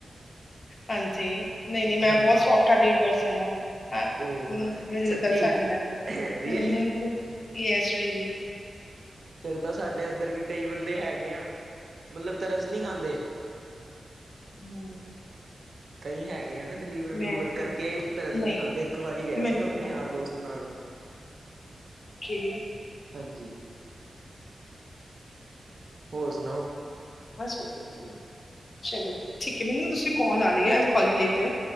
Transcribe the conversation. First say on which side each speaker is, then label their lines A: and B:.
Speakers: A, on the left; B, on the right.
A: ਹਾਂਜੀ, ਨਈ-ਨਈ ਮੈਂ
B: ਹਾਂਜੀ
A: ਬੋਤ ਸੋਫਟ ਟਈਡ ਪਰਸਨ ਆਂ। ਅ
B: ਉਹ
A: ਮੈਨੂੰ ਬੜੀ ਜਲਦੀ
B: ਸੱਚੀ
A: ਤਰਸ ਆ ਜਾਂਦੈ। ਹੂੰ,
B: ਰੀਅਲੀ
A: ਮੇਨੂੰ ਬੜੀ ਯੈਸ ਰੇਅਲੀ
B: ਫੇਰ ਤਾਂ ਸਾਡੇ ਐੱਧਰ ਵੀ ਕਈ ਬੰਦੇ ਹੈਗੇ ਆ ਮਤਲਬ ਤਰਸ ਨੀ ਖਾਂਦੇ।
A: ਹੂੰ।
B: ਕਈ ਹੈਗੇ ਆ ਨਾ ਡਲੀਵਰ ਡਲੁਵਰ
A: ਮੈਂ
B: ਕਰਕੇ
A: ਤੇ
B: ਦਰਸ
A: ਨਹੀਂ
B: ਨੀ ਖਾਂਦੇ। ਇੱਕ ਵਾਰੀ ਗਿਆ
A: ਮੈਨੂੰ
B: ਸੀ ਮੈਂ
A: ਗੁਰਦੁਆਰਾ
B: ਆਪਣੇ ਯਾਰ
A: ਸਾਹਿਬ
B: ਦੋਸਤ
A: ਦਾ
B: ਨਾਲ
A: ਓਕੇ।
B: ਹਾਂਜੀ। ਹੋਰ ਸੁਣਾਓ?
A: ਬਸ ਵਧੀਆ। ਤੁਸੀ ਚਲੋ ਠੀਕ ਐ, ਮੇਨੂੰ ਨਾ ਦੂਸਰੀ ਕੌਲ ਆ ਰੀਂ ਐ। I will call you later.